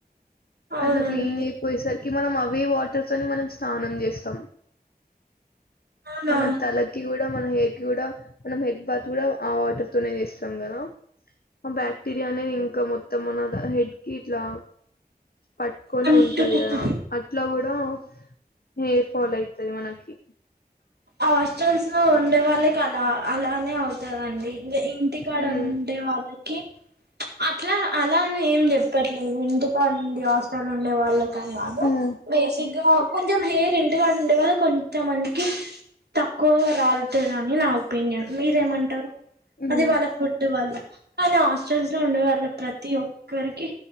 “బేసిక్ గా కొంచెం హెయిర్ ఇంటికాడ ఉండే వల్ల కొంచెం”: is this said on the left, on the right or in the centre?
Right